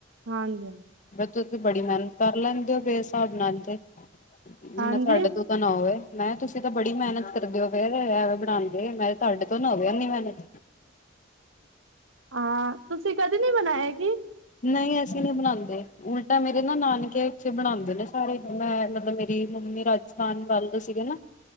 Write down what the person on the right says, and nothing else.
ਹਾਂਜੀ, ਹਾਂਜੀ।
ਹਾਂਜੀ।
ਹਾਂ, ਤੁਸੀਂ ਕਦੇ ਨੀ ਬਨਾਇਆ ਕੀ?